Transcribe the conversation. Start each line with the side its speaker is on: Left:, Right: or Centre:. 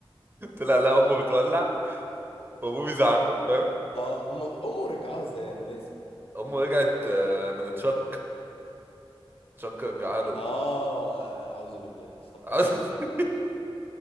Right: طلع لا امه بتولع وابوه بيزعق له فاهم
Left: اه أم... امه رجعوها ازاي انا ناسي
Right: امه رجعت آه، من تشك تشك رجعها له
Left: اه اعوذ بالله استغفر
Right: <laughs>
Left: الله العظيم يا رب